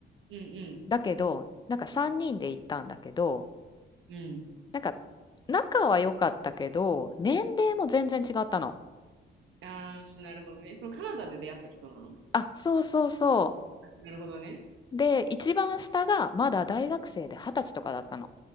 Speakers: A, on the right; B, on the left.
A: うん
B: だけど、なんか3人で行ったんだけど、
A: うんう
B: なんか仲は良かったけど、年齢も全然違ったの。
A: ん。ああ、なるほどね。そのカナダで出会った人なの
B: あ、そうそうそ
A: なるほどね。
B: う。で、一番下がまだ大学生で二十歳とかだったの。